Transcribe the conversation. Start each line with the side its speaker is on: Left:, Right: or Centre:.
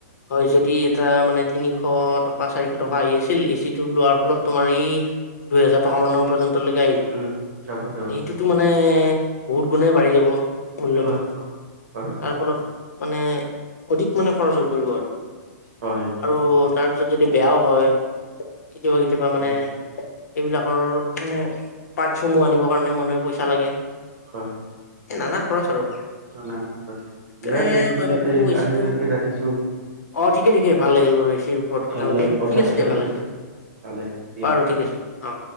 Left: হয়, যদি এটা মানে তিনিশ টকা চাৰিশ
Right: উম
Left: টকা আহি আছিল, এ চি টো লোৱাৰ পৰা অলপ তোমাৰ এই দুই হেজাৰ টকা মানৰ পৰ্যন্ত লৈকে
Right: উম যাব যাব
Left: এইতোটো মানে বহুত গুণে বাঢ়ি যাব। মূল্যটো
Right: হয় অ হয়
Left: তাৰ ফলত মানে অধিক মানে খৰচ হৈ পৰিব আৰু
Right: হয়
Left: আৰু
Right: হয়
Left: তাৰ পিছত যদি বেয়াও হয়। কেতিয়াবা কেতিয়াবা মানে
Right: হয়
Left: এইবিলাকৰ মানে পাৰ্টছসমূহ আনিব কাৰণেও মানে পইচা লাগে।
Right: হয়।
Left: এই নানা খৰচ আৰু। সেইকাৰণ
Right: নানা দিয়া তে ঠিক
Left: মই ভাবো
Right: আছে
Left: এচি
Right: আজিলৈকে
Left: টো
Right: ৰাখিছো
Left: অ ঠিকে- ঠিকে ভাল লাগিল বাৰু এচিৰ ওপৰত কথা
Right: ভাল
Left: পাতি
Right: লাগো কথা
Left: ঠিক আছে
Right: পাতি
Left: দিয়া ভাল লাগিল
Right: ভালে দিয়া
Left: বাৰু
Right: ৰাখিছো
Left: ঠিক আছে অ